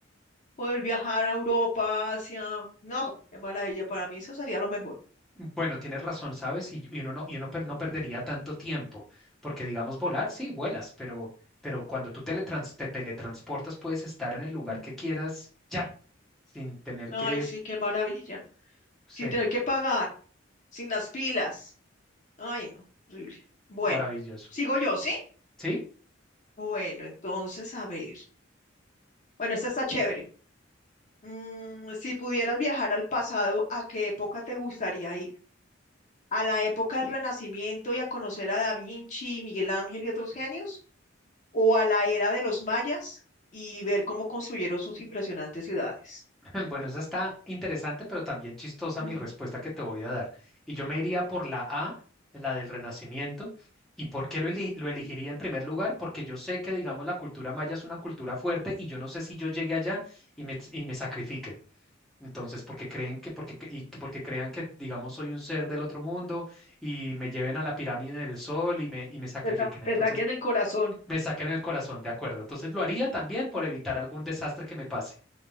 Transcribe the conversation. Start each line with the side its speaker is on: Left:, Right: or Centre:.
Left: Poder viajar a Europa, Asia. No, qué maravilla. Para mí eso sería lo mejor.
Centre: Bueno, tienes razón, ¿sabes? Y, y uno, no, y uno per- no perdería tanto tiempo, porque digamos volar, sí, vuelas, pero, pero cuando tú teletrans- te teletransportas puedes estar en el lugar
Left: Ujú.
Centre: que quieras ya, sin tener
Left: Ay,
Centre: que,
Left: sí, qué maravilla.
Centre: sí,
Left: Sin tener que pagar, sin las pilas. Ay, no, horrible. Bueno,
Centre: maravilloso.
Left: sigo yo, ¿sí?
Centre: ¿Sí?
Left: Bueno, entonces, a ver. Bueno, esta está chévere. Mm, si pudieras viajar al pasado, ¿a qué época te gustaría ir? ¿A la época del Renacimiento y a conocer a Da Vinci, Miguel Ángel y otros genios? ¿O a la era de los mayas y ver cómo construyeron sus impresionantes ciudades?
Centre: <laughs> Bueno, esa está interesante, pero también chistosa
Left: Mm,
Centre: mi respuesta que te voy a dar. Y yo me iría por la A, la del Renacimiento. ¿Y por qué lo, eli- lo elegiría en primer lugar? Porque yo sé que, digamos, la cultura maya es una cultura fuerte y yo no sé si yo llegue allá y me, y me sacrifiquen. Entonces, porque creen que, porque, cre- y que- porque crean que, digamos, soy un ser del otro mundo y me lleven a la pirámide del sol y me, y me sacrifiquen.
Left: Te, sa-
Centre: Entonces,
Left: te saquen el corazón.
Centre: me saquen el corazón, de acuerdo. Entonces, lo haría también por evitar algún desastre que me pase.